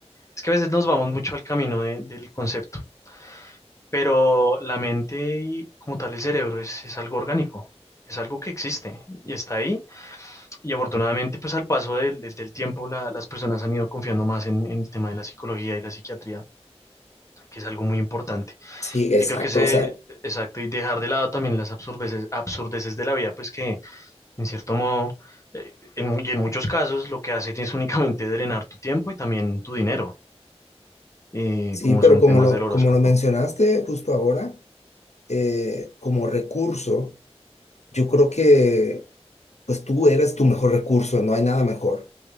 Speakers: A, on the left; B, on the left.
A: Es que a veces nos vamos mucho al camino de- del concepto, pero la mente y como tal el cerebro es, es algo orgánico, es algo que existe y está ahí. Y afortunadamente, pues al paso del, del- del tiempo, la- las personas han ido confiando más en, en el tema de la psicología y la psiquiatría, que es algo muy importante.
B: Sí, exacto,
A: Y creo que ese,
B: o sea,
A: exacto, y dejar de lado también las absurdeces, absurdeces de la vida, pues que En cierto modo, eh, en mu- y en muchos casos lo que hacen es únicamente drenar tu tiempo y también tu dinero, eh,
B: sí,
A: como
B: pero
A: son
B: como
A: temas
B: lo,
A: del horóscopo.
B: como lo mencionaste justo ahora, eh, como recurso, yo creo que pues tú eres tu mejor recurso, no hay nada mejor.